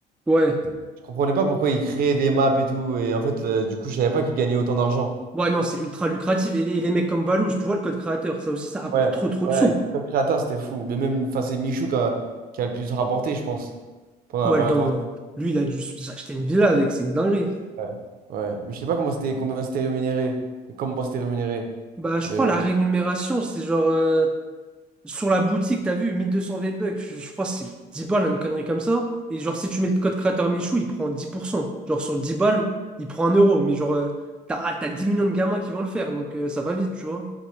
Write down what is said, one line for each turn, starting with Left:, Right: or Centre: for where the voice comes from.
Centre: Ouais.
Right: Je comprenais pas pourquoi ils créaient des maps et tout. Et en fait, le- du coup, je savais pas qu'ils gagnaient autant d'argent.
Centre: Ouais, non, c'est ultra lucratif. Et, les et les mecs comme Valouz, tu vois, le code créateur, ça aussi, ça rapporte
Right: Ouais,
Centre: trop trop
Right: ouais,
Centre: de sous.
Right: comme créateur, c'était fou. Mais même, enfin, c'est Michou qui a, qui a le plus rapporté, je pense, pendant
Centre: Ouais,
Right: la période
Centre: dans...
Right: Fortnite.
Centre: Lui, il a dû acheter une villa avec, c'est une dinguerie.
Right: Ouais, ouais. Mais je sais pas comment c'était, combien c'était rémunéré. Et comment c'était rémunéré.
Centre: Bah, je
Right: Mais
Centre: crois
Right: bon.
Centre: la rémunération, c'est genre... euh, Sur la boutique, t'as vu, 1200 V-Bucks, je, je crois que c'est 10 balles, une connerie comme ça. Et genre, si tu mets le code créateur Michou, il prend 10%. Genre, sur 10 balles, il prend un euro. Mais genre, euh, t'as, ah, t'as 10 millions de gamins qui vont le faire, donc euh, ça va vite, tu vois.